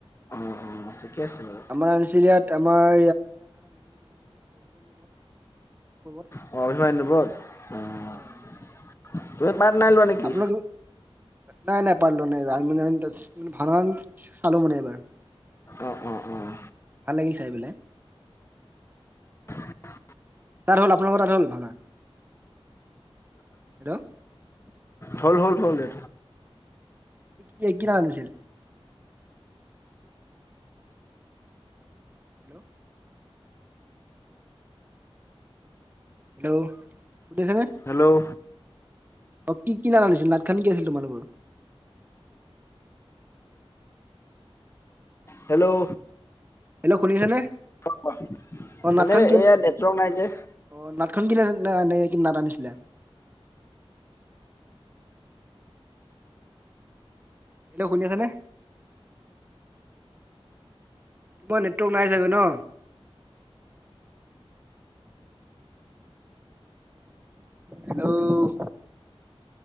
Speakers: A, on the left; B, on the right.
A: অ অ ঠিকে আছে বাৰু
B: আমাৰ আচিল ইয়াত আমাৰ <unintelligible>
A: অ অভিমাইন্দপত অ।
B: হয় হয়।
A: পাদ নাই লোৱা নেকি?
B: আপোনালোক নাই, নাই পাৰলো নাই আমি <unintelligible> ভাল আ চালো মানে এইবাৰ ভাল
A: অ', অ', অ',
B: লাগিল চাই বোলে
A: <inaudible>
B: তাত হ'ল, আপোনালোকৰ তাত হল ভাওনা হেল্ল'
A: হল -হল -হল দে
B: কেকি নানছিল হেল্ল', হেল্ল', শুনিছেনে?
A: হেল্ল',
B: অ কি কি নাট আনিছিল নাট খান কি আছিল তোমালোকৰ
A: হেল্ল',
B: হেল্ল শুনিছেনে?
A: <unintelligible>
B: অ নাটখন
A: মানে
B: কি
A: এয়া নেটৱৰ্ক নাই যে।
B: অ নাটখন কিনেনে নাট আনিছিলে? হেল্ল' শুনি আছে নে? তোমাৰ নেটৱৰ্ক নাই চাগৈ ন। হেল্ল',